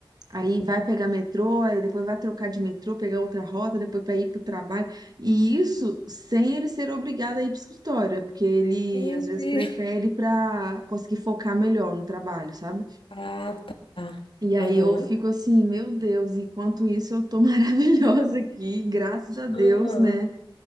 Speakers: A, on the right; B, on the left.
A: Aí vai pegar metrô, aí depois vai trocar de metrô, pegar outra rota, depois para ir para o trabalho. E isso sem ele ser obrigado a ir para o escritório, é porque ele
B: Meu
A: às vezes
B: Deus.
A: prefere para conseguir focar melhor no trabalho, sabe?
B: Ah, tá.
A: E aí
B: Aham,
A: eu fico assim, meu Deus, enquanto isso eu tô <laughs> maravilhosa aqui, graças a Deus,
B: aham,
A: né?